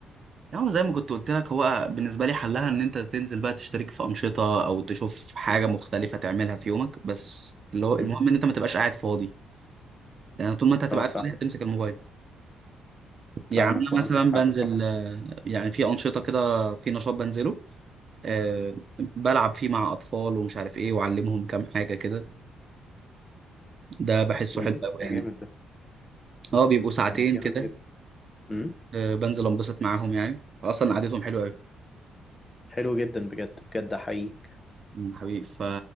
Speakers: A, on the right; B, on the left.
A: هو زي ما كنت قلت لك هو بالنسبه لي حلها ان انت تنزل بقى تشترك في انشطه او تشوف حاجه
B: مم.
A: مختلفه تعملها في يومك بس اللي هو المهم
B: مم.
A: ان انت ما تبقاش قاعد فاضي لان طول ما انت هتبقى
B: اه فاهم
A: قاعد فاضي هتمسك الموبايل يعني
B: فاهمك
A: انا
B: وعندك
A: مثلا
B: حق
A: بنزل
B: طبعا
A: آه، يعني في انشطه كده في نشاط بنزله أه بلعب فيه مع اطفال ومش عارف ايه واعلمهم كام حاجه كده ده بحسه
B: مم.
A: حلو قوي
B: ده
A: يعني
B: جامد ده
A: اه بيبقوا ساعتين
B: ده جامد
A: كده
B: جدا مم.
A: أه بنزل انبسط معاهم يعني اصلا قعدتهم حلوه قوي
B: حلو جدا بجد بجد احييك
A: مم، حبيبي ف